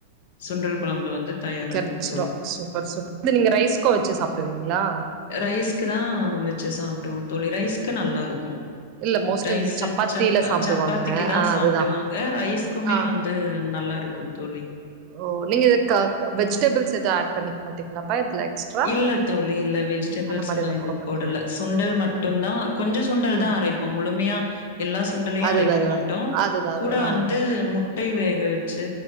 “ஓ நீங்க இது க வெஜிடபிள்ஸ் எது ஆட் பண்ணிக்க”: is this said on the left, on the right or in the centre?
Right